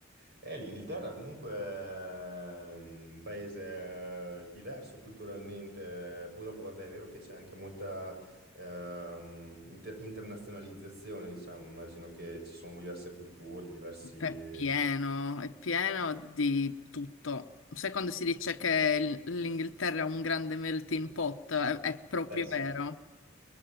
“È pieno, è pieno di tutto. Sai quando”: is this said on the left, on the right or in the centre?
Left